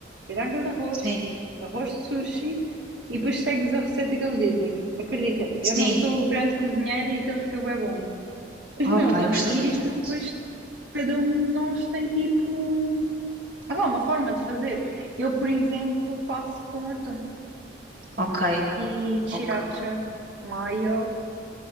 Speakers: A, on the right; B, on the right.
A: piranga de arroz,
B: sim,
A: arroz de sushi e depois segues a receita que eles dizem. Acredita,
B: sim.
A: eu não sou grande cozinheira e aquilo fica bem bom. Os
B: Oh,
A: meus
B: pá,
A: onigiris,
B: eu gostava tanto.
A: tu depois, cada um de nós tem tipo. Há lá uma forma de fazer. Eu, por exemplo, faço com atum
B: Ok,
A: e sriracha,
B: ok,
A: maio.